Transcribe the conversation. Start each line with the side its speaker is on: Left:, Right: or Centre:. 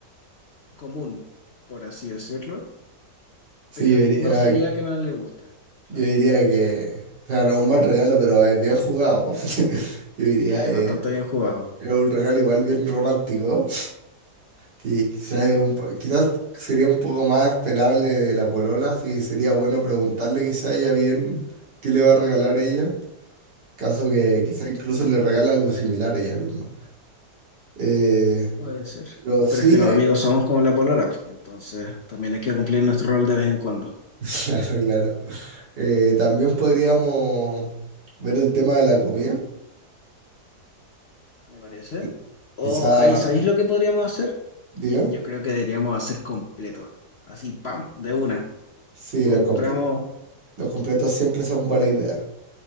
Left: común, por así decirlo,
Right: Sí,
Left: pero
Right: yo diría,
Left: no sería que no le guste. Claro.
Right: yo diría que, o sea, no es un mal regalo, pero es bien jugado. <laughs> Yo diría,
Left: Sí, es
Right: eh,
Left: bastante bien jugado.
Right: es un regalo igual bien romántico. Que quizás,
Left: Sí,
Right: es un po- quizás sería un poco más esperable de la polola, así que sería bueno preguntarle quizás ella bien qué le va a regalar ella, caso que
Left: Mm,
Right: quizás incluso le regala algo similar ella misma. Eh,
Left: puede ser.
Right: pero sí
Left: Pero es que los
Right: hay...
Left: amigos somos como la polola, entonces también hay que cumplir nuestro rol de vez en cuando.
Right: <laughs> Claro, claro. Eh, también podríamos ver el tema de la comida,
Left: ¿Me parece?
Right: que
Left: O
Right: quizá,
Left: ahí, ¿sabéis lo que podríamos hacer?
Right: diga,
Left: Yo, yo creo que deberíamos hacer completo. Así, pam, de una.
Right: sí,
Left: Compramos,
Right: los, comple- los completos siempre son buena idea.